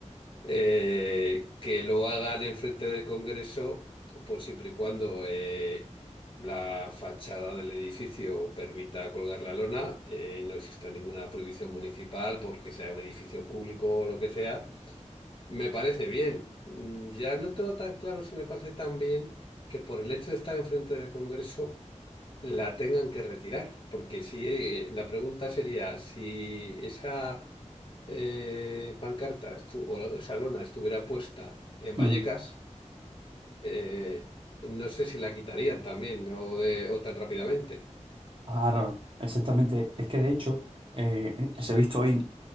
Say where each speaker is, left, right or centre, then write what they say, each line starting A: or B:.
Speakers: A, on the left; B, on the right.
A: eh, que lo hagan enfrente del Congreso, pues siempre y cuando eh, la fachada del edificio permita colgar la lona eh, y no exista ninguna prohibición municipal porque sea un edificio público o lo que sea, me parece bien. Mm, Ya no tengo tan claro si me parece tan bien que por el hecho de estar enfrente del Congreso la tengan que retirar, porque si eh, la pregunta sería si esa eh, pancarta estu- o esa lona estuviera puesta en
B: Ujú.
A: Vallecas, eh, no sé si la quitarían también ¿no? o, de, o tan rápidamente.
B: Claro, exactamente. Es que de hecho, eh, se ha visto hoy